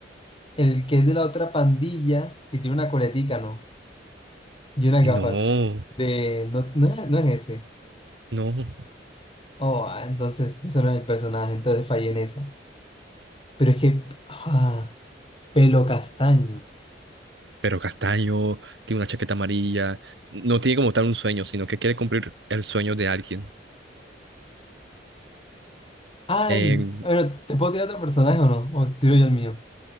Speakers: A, on the left; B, on the right.
A: el que es de la otra pandilla, que tiene una coletica, ¿no? Y unas
B: No,
A: gafas de, no, no, es no es ese.
B: no.
A: Oh, ah, entonces ese no es el personaje, entonces fallé en esa. Pero es que, ah, pelo castaño.
B: Pero Castaño tiene una chaqueta amarilla. No tiene como tal un sueño, sino que quiere cumplir el sueño de alguien.
A: Ay,
B: Eh,
A: bueno, ¿te puedo tirar otro personaje o no? ¿O tiro yo el mío?